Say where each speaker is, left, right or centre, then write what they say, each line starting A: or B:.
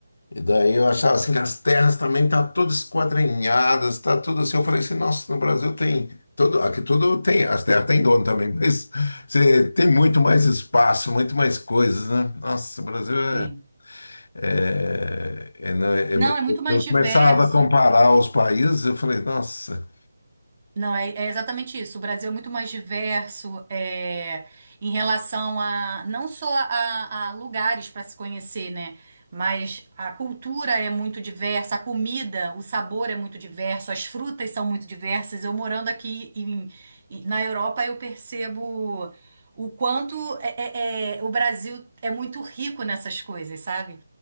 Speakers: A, on the left; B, on the right.
A: E daí eu achava assim, as terras também tá todas esquadrinhadas, tá tudo assim. Eu falei assim, nossa, no Brasil tem tudo, aqui tudo tem, as terras tem dono também, <laughs> mas você tem muito mais espaço, muito mais coisas, né? Nossa, o Brasil é,
B: Tem.
A: é- é, não, é
B: Não,
A: muito-
B: é muito mais
A: eu
B: diverso,
A: começava a comparar os países, eu falei, nossa,
B: Não, é, é exatamente isso. O Brasil é muito mais diverso é, em relação a não só a, a lugares para se conhecer, né? Mas a cultura é muito diversa, a comida, o sabor é muito diverso, as frutas são muito diversas. Eu morando aqui em- em- na Europa, eu percebo o quanto é- é- é- o Brasil é muito rico nessas coisas, sabe?